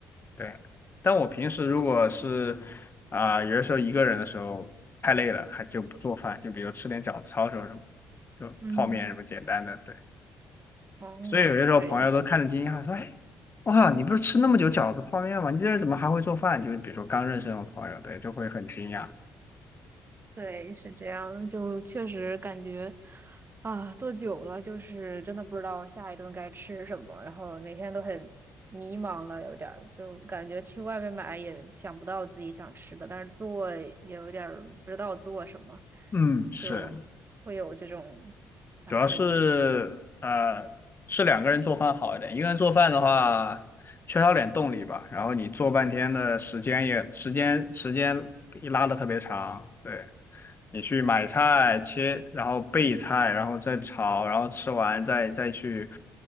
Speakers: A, on the left; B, on the right.
A: 对，但我平时如果是啊、有的时候一个人的时候太累了，还就不做饭，就比如吃点饺子、抄手什么，就泡面什么简单的。
B: 嗯，
A: 对，
B: 哦，
A: 所以有些时候朋友都看着惊讶说：
B: 对，
A: “哎，哇，你不是吃那么久饺子、泡面吗？你这人怎么还会做饭？”就是比如说刚认识那种朋友，对，就会很惊讶。
B: 对，是这样的就确实感觉啊，坐久了就是真的不知道下一顿该吃什么，然后每天都很迷茫了，有点儿就感觉去外面买也想不到自己想吃的，但是做也有点儿不知道做什么，
A: 嗯，是。
B: 就会有这种啊很
A: 主要是呃是两个人做饭好一点，一个人做饭的话缺少点动力吧，然后你做半天的时间也时间时间一拉的特别长，对你去买菜切，然后备菜，然后再炒，然后吃完再再去